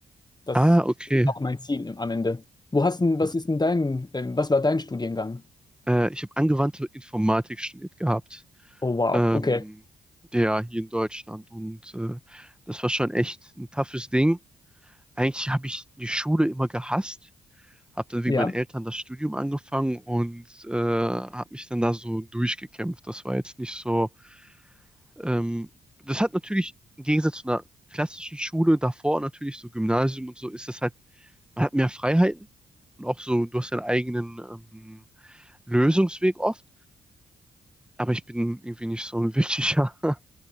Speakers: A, on the left; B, in the centre.
A: Das
B: Ah, okay.
A: ist auch mein Ziel im- am Ende. Wo hast denn, was ist denn dein, ähm, was war dein Studiengang?
B: Äh, ich habe angewandte Informatik studiert gehabt.
A: Oh wow,
B: Ähm,
A: okay.
B: ja, hier in Deutschland. Und äh, das war schon echt ein toughes Ding. Eigentlich habe ich die Schule immer gehasst, habe dann wegen
A: Ja,
B: meinen Eltern das Studium angefangen und äh, habe mich dann da so durchgekämpft. Das war jetzt nicht so. Ähm, das hat natürlich im Gegensatz zu einer klassischen Schule davor, natürlich so Gymnasium und so, ist das halt, man hat mehr Freiheiten und auch so, du hast deinen eigenen ähm, Lösungsweg oft, aber ich bin irgendwie nicht so ein wirklicher. <laughs>